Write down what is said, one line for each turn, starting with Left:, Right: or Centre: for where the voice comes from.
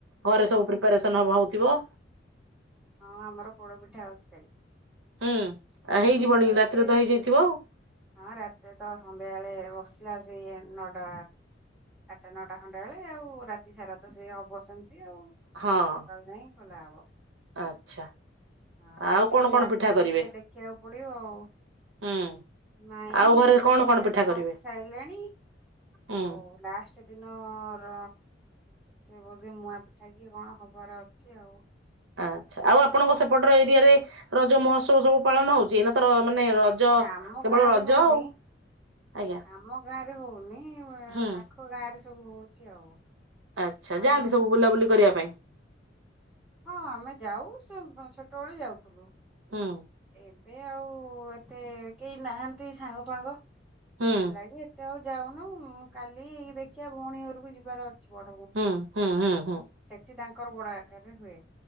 Right: ଘରେ ସବୁ ପ୍ରିପାରେସନ ହଉଥିବ?
Centre: ହଁ ଆମର ପୋଡପିଠା ହଉଛି କାଲି।
Right: ହୁଁ ହେଇ
Centre: ପୋଡପିଠା
Right: ଯିବଣି
Centre: ହଉଛି
Right: ରାତିରେ ତ ହେଇଯାଇଥିବ ଆଉ।
Centre: ହଁ ରାତିରେ ତ ସନ୍ଧ୍ୟାବେଳେ ବସିଲା ସେ ନଟା ଆଠଟା ନଅଟା ଖଣ୍ଡେ ବେଳେ ଆଉ ରାତି ସାରା ତ ସିଏ ହବ ସେମିତି ଆଉ
Right: ହଁ
Centre: ସକାଳୁ ଯାଏ ଖୋଲା ହବ।
Right: ଆଚ୍ଛା
Centre: ହଁ ତାକୁ
Right: ଆଉ
Centre: ଟିକେ
Right: କଣ କଣ
Centre: ରାତିରେ
Right: ପିଠା କରିବେ
Centre: ଟିକେ ଦେଖିବାକୁ ପଡ଼ିବ ଆଉ
Right: ହୁଁ
Centre: ନାଇଁ
Right: ଆଉ ଘରେ
Centre: ପୋଡ଼
Right: କଣ କଣ
Centre: ପିଠା ଟା
Right: କରିବେ
Centre: ବସି ସାରିଲାଣି
Right: ହୁଁ
Centre: ଆଉ ଲାଷ୍ଟ ସେ ଦିନର ସେ ବୋଧେ ମୁଆଁ ପିଠାକି କଣ ହବାର ଅଛି ଆଉ।
Right: ଆଚ୍ଛା ଆଉ ଆପଣଙ୍କ ସେପଟର ଏରିଆରେ ରଜ ମହୋତ୍ସବ ସବୁ ପାଳନ ହଉଛି ନା? ର ମାନେ ରଜ
Centre: ନାଇଁ ଆମ
Right: କେବଳ
Centre: ଗାଁ
Right: ରଜ
Centre: ରେ ହଉନି
Right: ଆଉ ଆଜ୍ଞା।
Centre: ଆମ ଗାଁରେ ହଉନି
Right: ହୁଁ
Centre: ପାଖ ଗାଁରେ ସବୁ ହଉଛି ଆଉ।
Right: ଆଚ୍ଛା
Centre: ଆମର
Right: ଯାଆନ୍ତି ସବୁ
Centre: ଛୋଟ
Right: ବୁଲାବୁଲି
Centre: ଗାଁ
Right: କରିବା ପାଇଁ।
Centre: ହଁ ଆମେ ଯାଉ ଛୋଟବେଳେ ଯାଉଥିଲୁ।
Right: ହଁ
Centre: ଏବେ ଆଉ ଏତେ କେହି ନାହାନ୍ତି ସାଙ୍ଗ ଫାଙ୍ଗ।
Right: ହୁଁ
Centre: ସେଥିଲାଗି ଏତେ ଆଉ ଯାଉନୁ କାଲି ଦେଖିବା ଭଉଣୀ ଘରକୁ ଯିବାର ଅଛି ବଡ଼
Right: ହୁଁ ହୁଁ ହୁଁ ହୁଁ
Centre: ସେଠି ତାଙ୍କର ବଡ଼ ଆକାରରେ ହୁଏ